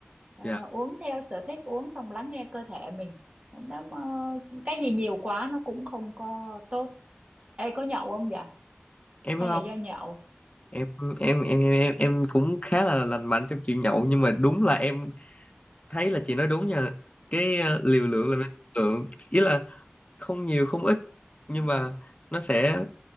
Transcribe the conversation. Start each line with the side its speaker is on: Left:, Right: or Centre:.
Right: À,
Left: dạ
Right: uống theo sở thích uống xong lắng nghe cơ thể mình nó mà, cái gì nhiều quá nó cũng không có tốt Ê có nhậu không vậy
Left: em biết
Right: hay
Left: không
Right: là do nhậu
Left: em em em em em em cũng khá là lành mạnh trong chuyện nhậu nhưng mà đúng là em thấy là chị nói đúng nha cái ờ, liều lượng là nên chất lượng ý là không nhiều không ít nhưng mà nó sẽ